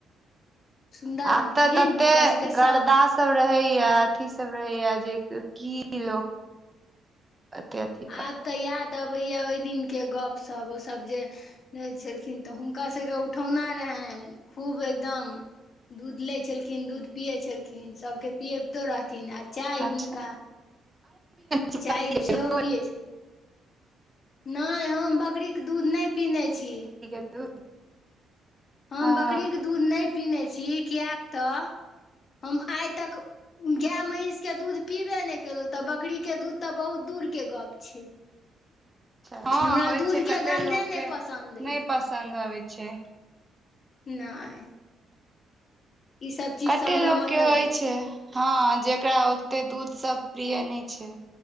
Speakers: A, on the left; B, on the right.
A: सुन्दर
B: आब
A: रहथिन
B: तऽ तते
A: हुनकर सभके
B: गरदा
A: साउस
B: की सब रहैया अथी सब रहेया जे की लोक ओतेय अथि
A: आब तऽ याद अबैया ओहि दिनके गपशप ओसभ जे रहि छलखिन तऽ हुनका सभके उठौना रहनि खूब एकदम दूध लै छलखिन दूध पियै छलखिन सभके पियबितो रहथिन आ चाय
B: अच्छा
A: हुनका
B: छी
A: चाय
B: बकरी के
A: सेहो
B: दूध
A: पियछै नहि हम बकरी के दूध नऽ पीने छी
B: <unintelligible>
A: हम
B: अच्छा
A: बकरी के दूध नहि पीने छी किया त हम आइ तक गाय महीष के दूध पीबे नहि केलहुँ त बकरी के दूध त बहुत दूर के गप छै
B: हँ
A: हमरा
B: होइ
A: दूधके
B: छै कते
A: गन्धे
B: लोकके
A: नहि पसन्द अइ
B: नहि पसन्द अबै छै
A: नहि ईसभ चीजसँ
B: कते
A: हमरा
B: लोक
A: मतलब
B: के होइ छै हँ जेकरा ओते दूध सऽ प्रिय नहि छै